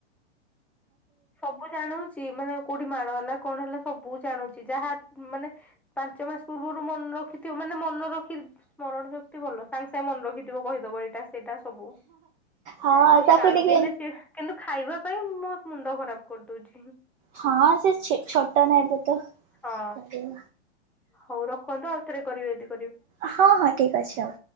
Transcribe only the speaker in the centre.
ସବୁ ଜାଣୁଚି ମାନେ କୋଉଠି ମାଡ଼ ହେଲା କଣ ହେଲା ସବୁ ଜାଣୁଚି ଯାହା ମାନେ ପାଞ୍ଚ ମାସ ପୂର୍ବରୁ ମନ ରଖ ଥିବ ମାନେ ମନେ ରଖି ସ୍ମରଣ ଶକ୍ତି ଭଲ ସାଙ୍ଗେ ସାଙ୍ଗେ ମନେ ରଖିଥିବ କହିଦେବ ଏଇଟା ସେଇଟା ସବୁ
କିନ୍ତୁ
କାନ୍ଦିଲେ
ସେ କିନ୍ତୁ ଖାଇବା ପାଇଁ ମୋ ମୁଣ୍ଡ ଖରାପ କରିଦଉଚି।
ହଁ
ହଉ ରଖନ୍ତୁ ଆଉ ଥରେ କରିବେ ଦି